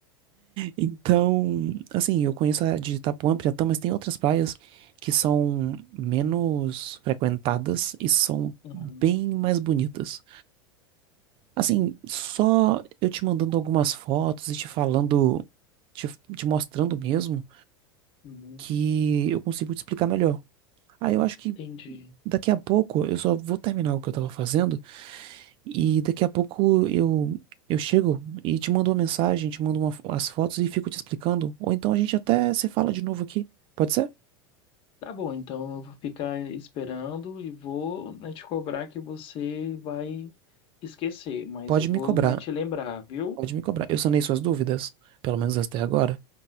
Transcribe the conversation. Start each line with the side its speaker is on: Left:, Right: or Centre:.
Right: Então, assim, eu conheço a de Itapuã, Piratã, mas tem outras praias que são menos frequentadas e são
Left: Uhum,
Right: bem mais bonitas. Assim, só eu te mandando algumas fotos e te falando, te, te mostrando mesmo,
Left: uhum,
Right: que eu consigo te explicar melhor. Aí eu acho que
Left: Entendi.
Right: daqui a pouco eu só vou terminar o que eu tava fazendo E daqui a pouco eu eu chego e te mando uma mensagem, te mando uma, fo- as fotos e fico te explicando. Ou então a gente até se fala de novo aqui. Pode ser?
Left: Tá bom, então eu vou ficar esperando e vou, né, te cobrar que você vai esquecer, mas
Right: Pode
Left: eu vou,
Right: me cobrar.
Left: né, te lembrar, viu?
Right: Pode me cobrar. Eu sanei suas dúvidas, pelo menos até agora.